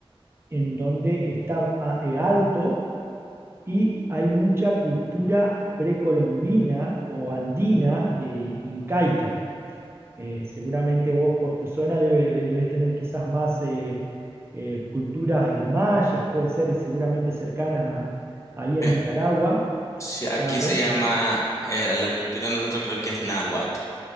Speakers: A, on the right (about 25°); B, on the left (about 30°).
A: en donde está a- eh, alto y hay mucha cultura precolombina o andina de incaica. Eh, seguramente vos por tu zona debe- debe- debes tener quizás más eh, eh, culturas eh, mayas, puede ser eh, seguramente cercanas a- ahí en
B: Eh,
A: Nicaragua,
B: sí, aquí
A: claro.
B: se llama, eh, la cultura de nosotros creo que es náhuatl.